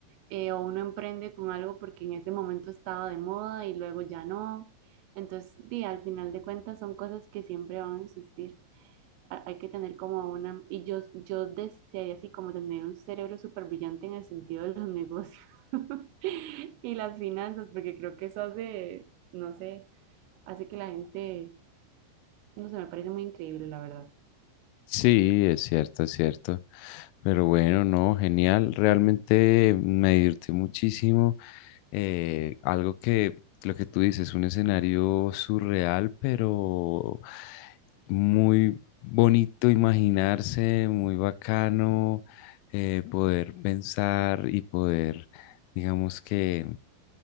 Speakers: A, on the right (about 85°); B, on the left (about 90°).
A: eh, o uno emprende con algo porque en ese momento estaba de moda y luego ya no. Entonces, di, al final de cuentas son cosas que siempre van a existir. Ha- Hay que tener como una, y yo, yo desearía así como tener un cerebro súper brillante en el sentido de los negocios <laughs> y las finanzas, porque creo que eso hace, no sé, hace que la gente, no sé, me parece muy increíble, la verdad.
B: Sí, es cierto, es cierto. Pero bueno, no, genial. Realmente me divertí muchísimo. Eh, algo que, lo que tú dices, un escenario surreal, pero muy bonito imaginarse, muy bacano, eh, poder pensar y poder, digamos que,